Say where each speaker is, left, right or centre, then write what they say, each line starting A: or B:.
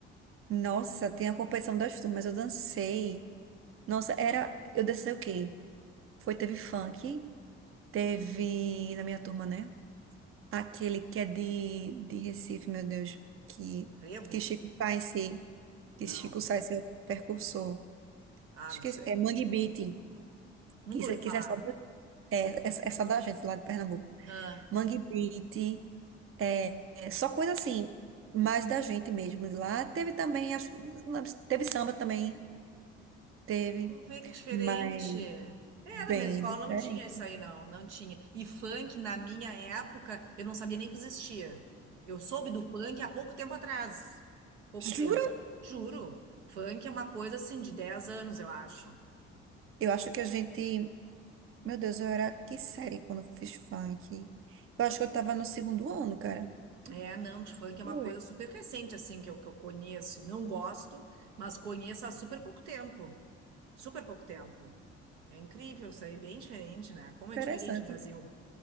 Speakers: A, on the right; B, on the right.
A: Nossa, tem a competição das turmas, eu dancei. Nossa, era, eu dancei o quê? Foi, teve funk, teve na minha turma, né? Aquele que é de, de Recife, meu Deus. Que,
B: Frevo?
A: que Chico Science, que
B: Não.
A: Chico Science é o percursor.
B: Ah,
A: Esqueci,
B: não sei.
A: é Mangue Beat,
B: Nunca
A: que isso,
B: ouvi
A: é, que
B: falar.
A: isso é só, do- é, é, é só da gente lá de Pernambuco.
B: Ah,
A: Mangue Beat, é, é só coisa assim, mais da gente mesmo de lá. Teve também, acho, não lembro se- teve samba também, teve,
B: vamos ver que diferente.
A: mas
B: É,
A: bem
B: na minha escola
A: diferente.
B: não tinha isso aí, não. Não tinha. E funk, na minha época, eu não sabia nem que existia. Eu soube do funk há pouco tempo atrás. Pouco
A: Jura?
B: tempo. Juro. Funk é uma coisa assim de 10 anos, eu acho.
A: Eu acho que a gente, meu Deus, eu era que série quando eu fiz funk. Eu acho que eu tava no segundo ano, cara.
B: É, não, mas funk é uma
A: Oi,
B: coisa super recente, assim, que eu, que eu conheço. Não gosto, mas conheço há super pouco tempo. Super pouco tempo. É incrível isso aí, bem diferente, né? Como
A: interessante.
B: é diferente o Brasil.